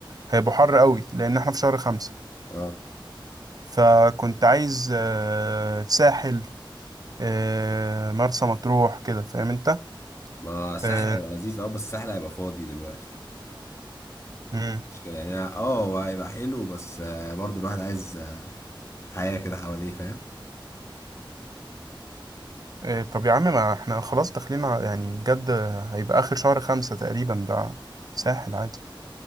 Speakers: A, on the right (about 45°); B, on the left (about 30°).
A: هيبقوا حر قوي لأن احنا في شهر خمسة
B: اه
A: فكنت عايز آه، ساحل آه، مرسى مطروح كده فاهم أنت؟
B: ما سهل
A: آه،
B: هيبقى لذيذ اه بس سهل هيبقى فاضي دلوقتي
A: مم.
B: مشكلة يعني اه آه، هو هيبقى حلو بس آه، برضو الواحد عايز آه، حياة كده حواليه فاهم
A: آه، طب يا عم ما احنا خلاص داخلين على- يعني بجد هيبقى آخر شهر خمسة تقريبا ده ساحل عادي